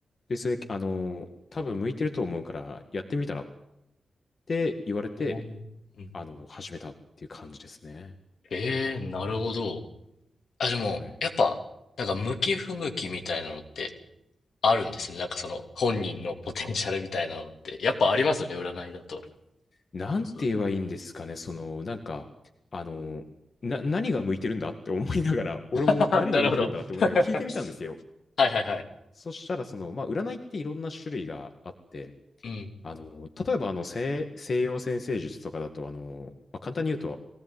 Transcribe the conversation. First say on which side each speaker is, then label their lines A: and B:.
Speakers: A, on the left; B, on the left.
A: で、それ、あの、多分向いてると思うから、やってみたらって言われて、
B: おーうん。
A: あの、始めたっていう感じですね。
B: ええ、なるほど。あ、でも、
A: はい。
B: やっぱ、なんか、向き不向きみたいなのってあるんですね。なんか、その、本人のポテンシャルみたいなのって。やっぱありますよね、占いだと。
A: なんて言えばいいんですかね、
B: そう
A: その、なんか、あの、な、何が向いてるんだって思いながら、俺も何が向いてるんだって思いながら聞いてみたんですよ。
B: <laughs> なるほど。<laughs> はいはいはい。
A: そしたら、その、まあ、占いっていろんな種類があって、
B: うん。
A: あの、例えばあの西、西洋占星術とかだと、あの、まあ、簡単に言うと、